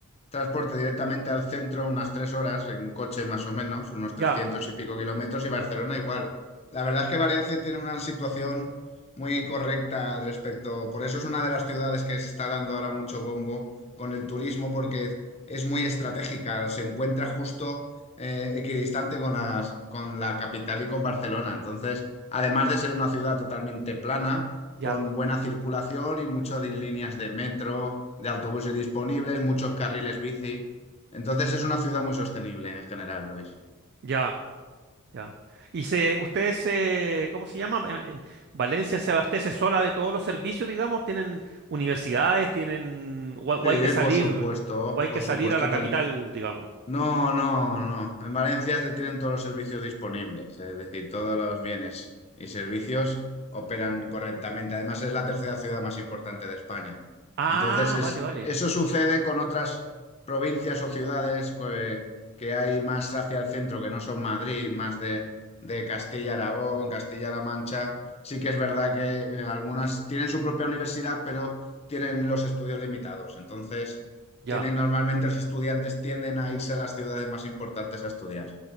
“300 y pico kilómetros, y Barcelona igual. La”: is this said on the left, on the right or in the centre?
Left